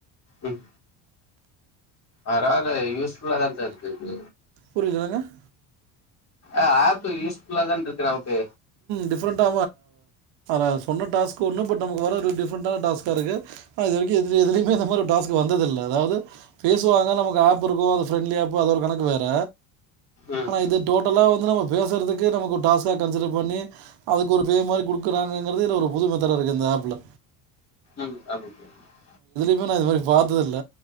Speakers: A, on the left; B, on the right.
A: உம் ஆறா அத யூஸ் ஃபுல்லா தான் சார் இருக்கு
B: புரியுது என்னங்க
A: ஆஹ் ஆப்பு யூஸ்ஃபுல்ல தான் இருக்கு நமக்கு
B: டிஃப்ரெண்ட்டா <unintelligible> சொன்ன டாஸ்க் ஒன்னு பட் நமக்கு வரது டிஃப்ரெண்ட்டான டாஸ்க்கா இருக்கு ஹ இதுவரைக்கும் எதுலயும் எதுலயுமே இந்த மாரி டாஸ்க் வந்ததில்லை அதாவது பேசுவாங்க நமக்கு ஆப் இருக்கும் அது ஃப்ரண்டலி ஆப்பு அது ஒரு கணக்கு வேற
A: ம்
B: ஆனா இது டோட்டலா வந்து நம்ம பேசுறதுக்கு நமக்கு டாஸ்கா கன்சிடெர் பண்ணி அதுக்கு ஒரு பே மாதிரி
A: ம்
B: குடுக்குறாங்க ங்ருரது இது ஒரு புது மெத்தட் ஹா இருக்கு இந்த ஆப் லா
A: ம் <unintelligible>
B: <unintelligible> இது மாதிரி பார்த்தது இல்ல